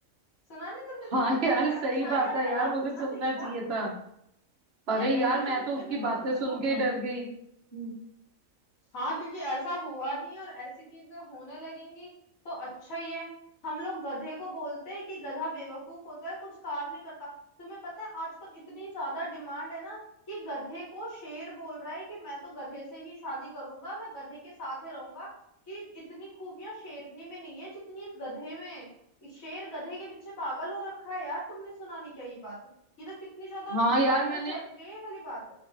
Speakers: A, on the left; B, on the right.
A: सुना नहीं तुमने तुम्हारा
B: हाँ
A: भविष्य
B: यार सही
A: अच्छा है
B: बात
A: या
B: है
A: खराब
B: यार मुझे
A: सुनना
B: सुनना
A: चाहिए
B: चाहिए
A: था
B: था अरे
A: यार
B: यार
A: ऐसी चीज
B: मैं
A: मुझे
B: तो उसकी
A: मिले
B: बातें
A: मैं तो
B: सुन
A: जरूर
B: के
A: जाऊं
B: ही डर गई हम्म,
A: हाँ क्योंकि ऐसा हुआ नहीं और ऐसी चीजें होने लगेंगी तो अच्छा ही है हम लोग गधे को बोलते हैं कि गधा बेवकूफ होता है कुछ काम नहीं करता तुम्हें पता है आजकल इतनी ज्यादा डिमांड है ना कि गधे को शेर बोल रहा है कि मैं तो गधे से ही शादी करूंगा मैं गधे के साथ ही रहूंगा कि इतनी खूबियां शेरनी में नहीं है जितनी इस गधे में है। इस शेर गधे के पीछे पागल हो रखा है यार तुमने सुना नहीं क्या ये बात ये तो कितनी ज्यादा
B: हाँ यार
A: वायरल
B: मैंने
A: चल रही है ये वाली बात